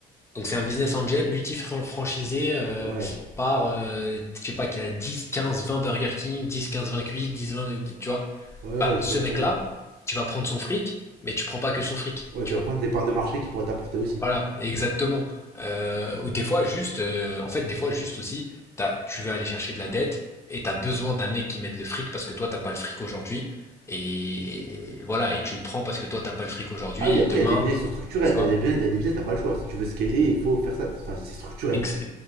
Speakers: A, on the left; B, on the right.
A: donc c'est un business angel multi-franchisé euh,
B: ouais,
A: par, euh, je sais pas, qui a 10, 15, 20 Burger King, 10, 15, 20 Quick, 10, 20, tu vois.
B: ouais,
A: Bah,
B: ouais, je
A: ce
B: vois
A: mec-là,
B: très bien.
A: tu vas prendre son fric, mais tu prends pas que son fric,
B: Ouais,
A: tu
B: tu vas
A: vois.
B: prendre des parts de marché qui pourraient t'apporter aussi.
A: Voilà, exactement. Euh, ou des fois, juste, euh, en fait, des fois, juste aussi, t'as- tu vas aller chercher de la dette et t'as besoin d'un mec qui mette le fric parce que toi, t'as pas le fric aujourd'hui. Et, et voilà, et tu le prends parce que toi, t'as pas le fric aujourd'hui
B: Ah oui, après,
A: et demain,
B: il y a des biais qui sont structurels.
A: tu
B: Il
A: vois.
B: y a des biais, il y a des biais, t'as pas le choix. Si tu veux scaler, il faut faire ça. Enfin, c'est structurel.
A: Ex-